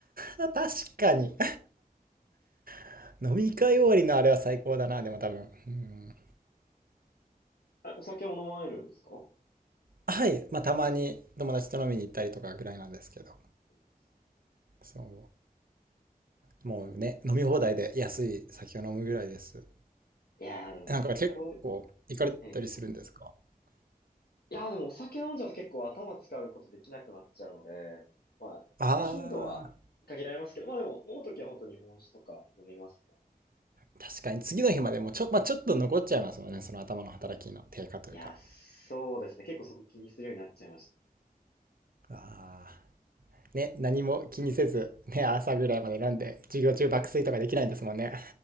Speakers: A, on the right; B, on the left.
A: あ確かに <laughs> 飲み会終わりのあれは最高だなでも多分うん
B: あ、お酒も飲まれるんですか
A: はいまあたまに友達と飲みに行ったりとかぐらいなんですけど
B: うんいいです
A: そうもうね飲み放題で安い酒を飲むぐらいです
B: いやーでも、
A: なんか結構行かれたりするんですか
B: そう、ええ。いやーでもお酒飲んじゃうと結構頭使うことできなくなっちゃうので、まあ、
A: ああ
B: 頻度は限られますけど、まあでも飲むときは本当日本酒とか飲みますね。
A: ー、確かに次の日までもちょ、まあ、ちょっと残っちゃいますもんね、その頭の働きの低下というか。
B: いやー、そうですね。結構そこ気にするようになっちゃいました。
A: ああ。ね、何も気にせず、ね、朝ぐらいまで飲んで、授業中爆睡とかできないんですもんね。